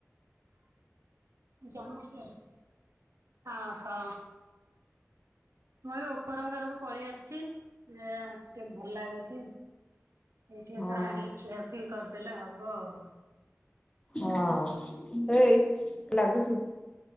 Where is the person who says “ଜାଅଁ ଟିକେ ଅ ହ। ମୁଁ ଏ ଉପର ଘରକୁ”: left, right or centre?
Right